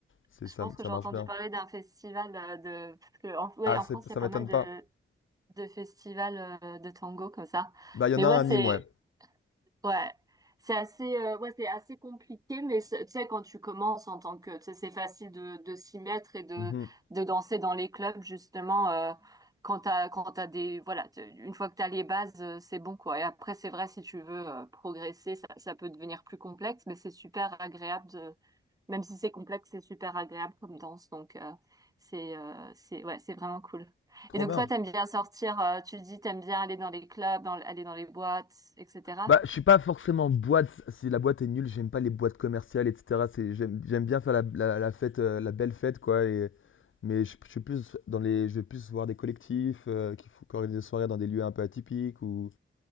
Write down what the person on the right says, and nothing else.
je
pense que
j'ai
entendu
parler d'un festival euh, de... Parce que en, ouais,
en
France, il
y a pas
mal de,
de festivals euh, de tango comme ça.
Mais
ouais,
c'est...
Ouais, c'est assez, euh, ouais, c'est assez compliqué, mais c'est- tu sais, quand tu commences en tant que, tu sais, c'est facile de, de s'y mettre et de,
de danser dans les clubs, justement, euh, quand t'as, quand t'as des, voilà, t'as- une fois que t'as les bases, euh, c'est bon, quoi. Et après, c'est vrai, si tu veux, euh, progresser, ça, ça peut devenir plus complexe, mais c'est super agréable de, même si c'est complexe, c'est super agréable comme danse, donc, euh, c'est, euh, c'est, ouais, c'est vraiment cool.
Et donc,
toi, t'aimes bien sortir, euh, tu dis, t'aimes bien aller dans les clubs, dans- aller dans les boîtes, etc.